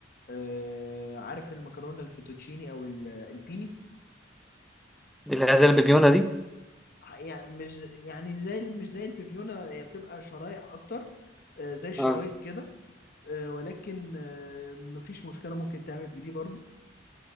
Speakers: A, on the left; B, in the centre.
A: آه عارف المكرونة الفيتوتشيني او ال- البيني
B: دي اللي زي البيبيونه دي
A: يعني مش يعني زي ال- مش زي البيبيونة هي بتبقى شرايح اكتر آه زي الشرايط
B: اه
A: كده آه ولكن آه مفيش مشكلة ممكن تعمل بدي برضو